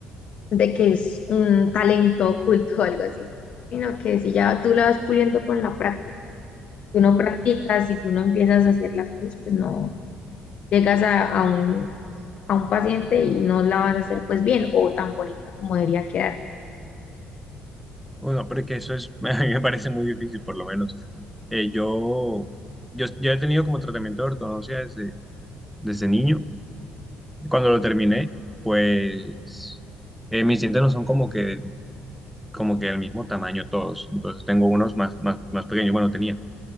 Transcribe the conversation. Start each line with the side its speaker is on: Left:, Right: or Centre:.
Left: de, de que es un talento oculto <laughs> o algo así, sino que si ya tú la vas puliendo con la práctica, si tú no practicas, si tú no empiezas a hacer las cosas, pues no llegas a, a un a un paciente y no la vas a hacer pues bien o tan bonita como debería quedar.
Centre: Bueno, porque eso es, <laughs> a mí me parece muy difícil, por lo menos. Eh, yo, yo, yo he tenido como tratamiento de ortodoncia desde, desde niño. Cuando lo terminé, pues eh, mis dientes no son como que, como que del mismo tamaño todos. Entonces tengo unos más, más, más pequeños. Bueno, tenía.